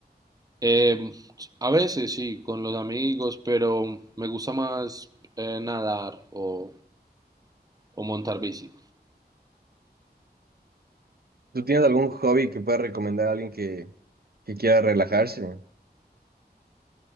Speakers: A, on the right (about 20°); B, on the right (about 65°).
A: Eh, a veces sí, con los amigos, pero me gusta más eh, nadar o, o montar bici.
B: ¿Tú tienes algún hobby que puedas recomendar a alguien que, que quiera relajarse?